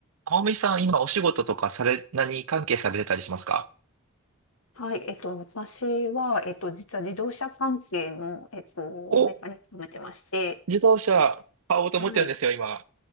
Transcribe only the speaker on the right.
天海さん、今お仕事とかされ、何関係されてたりしますか
お、
自動車買おうと思ってるんですよ、
今。